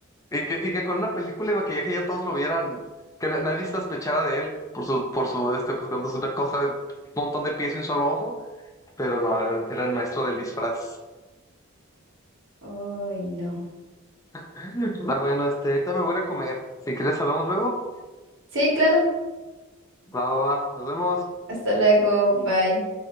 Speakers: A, on the left; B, on the right.
A: Y que, y que con una película de maquillaje ya todos lo vieran, que na- nadie sospechara de él por su, por su, este, pues, cuando es una cosa de un montón de pies y un solo ojo. pero no, era, era el maestro del disfraz.
B: Uy, no.
A: <laughs> Ah, bueno, este, ahorita me voy a ir a comer. Si quieres, hablamos luego.
B: Sí, claro.
A: Va, va, va. Nos vemos.
B: Hasta luego, bye.